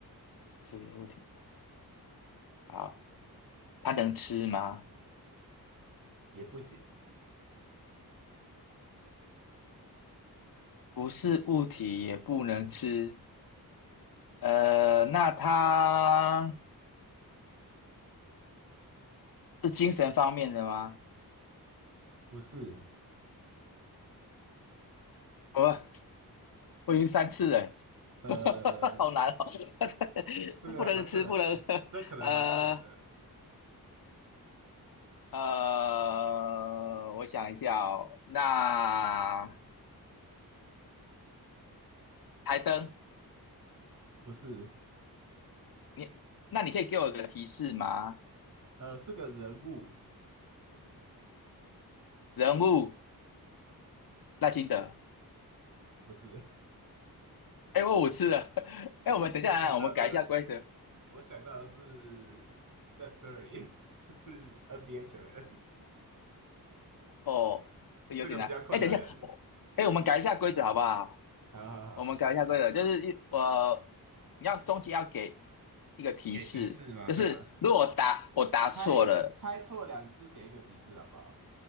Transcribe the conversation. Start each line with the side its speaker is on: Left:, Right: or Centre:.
Left: 不是一个物体。好，它能吃吗？
Right: 也不行，
Left: 不是物体，也不能吃。呃，那它是精神方面的吗？
Right: 不是，
Left: 我我已经三次了欸，
Right: 呃，
Left: <laughs> 好难哦，<laughs>
Right: 这个还蛮困难的，
Left: 不能吃，不能喝。
Right: 这可能蛮困难的，
Left: 呃呃，我想一下哦，那台灯。
Right: 不是，
Left: 你那你可以给我一个提示吗？
Right: 呃，是个人物，
Left: 人物赖清德，
Right: 不是，
Left: 哎，我五次了，<laughs> 哎，
Right: <laughs>
Left: 我们等一下啊，
Right: 我想到的。
Left: 我们改一下规则
Right: 我想到的是 Steph Curry，<laughs> 是 NBA 球员，
Left: 哦，有点难，
Right: 这个比较困难。
Left: 哎，等一下，我，哎，我们改一下规则好不好？
Right: 好好好，
Left: 我们改一下规则，就是一我你要中间要给一个提示，
Right: 给提示吗？
Left: 就是如果我答我答错了，
Right: 对吗？猜猜错两次，给一个提示好不好？